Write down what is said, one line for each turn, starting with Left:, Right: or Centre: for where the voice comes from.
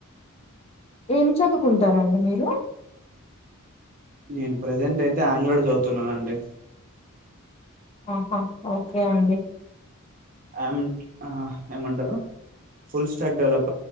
Left: ఏం చదువుకుంటారండి మీరు
Right: నేను ప్రజెంట్ అయితే ఆండ్రాయిడ్ చదువుతున్నానండి
Left: ఆహా ఓకే అండి
Right: ఏం ఏమంటారు ఫుల్ స్టాక్ డెవలప్